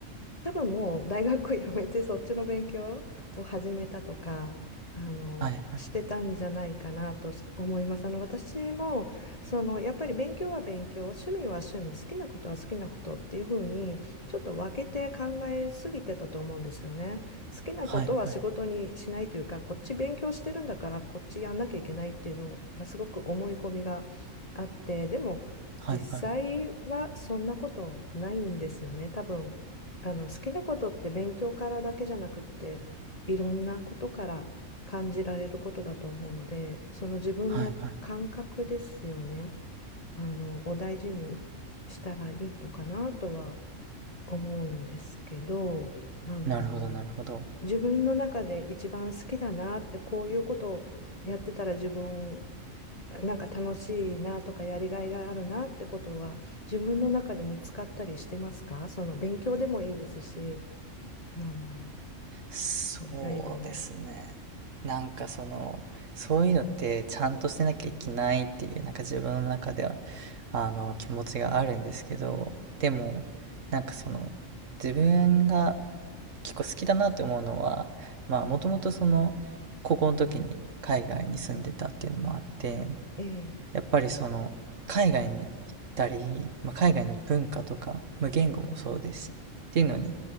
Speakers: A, on the left; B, on the right.
A: 多分もう大学を辞めてそっちの勉強を始めたとか、あの、
B: はいはい。
A: してたんじゃないかなと思います。あの、私も、その、やっぱり勉強は勉強、趣味は趣味、好きなことは好きなことっていうふうに、ちょっと分けて考えすぎてたと思うんですよね。好きなことは仕事にしないというか、
B: はいはい。
A: こっち勉強してるんだから、こっちやんなきゃいけないっていうのがすごく思い込みがあって、でも、
B: はいはい。
A: 実際はそんなことないんですよね。多分あの好きなことって勉強からだけじゃなくっていろんなことから感じられることだと思うのでその自分の感覚ですよね
B: はいはい。
A: あのを大事にしたらいいのかなとは思うんですけどあの自分の中で一番好きだなってこういうことをやってたら自分
B: なるほどなるほど。
A: なんか楽しいなとかやりがいがあるなってことは自分の中で見つかったりしてますかその勉強でもいいですし。あの、
B: そうですね。
A: それ以外でも。
B: なんかその、そういうのってちゃんとしてなきゃいけないっていう、なんか自分の中では、あの、気持ちがあるんですけど、でも、なんかその、自分が結構好きだなって思うのは、まあ、もともとその、高校の時に海外に住んでたっていうのもあって、
A: ええ、
B: やっぱりその海外に行ったり、まあ、海外の文化とか、まあ、言語もそうですしっていうのに、